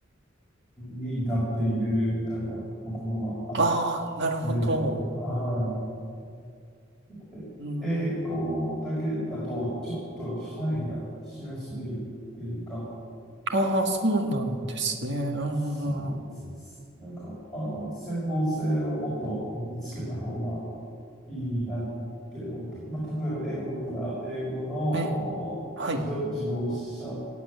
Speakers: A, in the centre; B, on the right.
A: に至っているみたいなところがあっ
B: ああ、なるほど。
A: て、はい。え英語だけだと、
B: うーん。
A: ちょっと範囲が広すぎるっていうか、
B: ああ、そうなんですね。うんうんうん。
A: そうです。なんか、あの、専門性をもっと身につけた方がいいなって思って、まあ、例えば英語だったら、英語の
B: ええ。
A: お自動、
B: はい。
A: 自動車